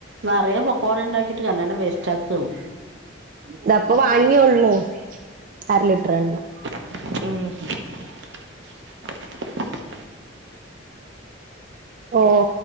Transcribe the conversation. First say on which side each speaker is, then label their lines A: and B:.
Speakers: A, on the right; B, on the right.
A: നറയെ പോകോട ഇണ്ടാക്കിട്ട് രണ്ടണ്ണം വേസ്റ്റാക്കാണ്.
B: ഇതാപ്പൊ വാങ്ങിയെള്ളൂ അര ലിറ്റർ എണ്ണ.
A: ഉം.
B: ഓഹ്.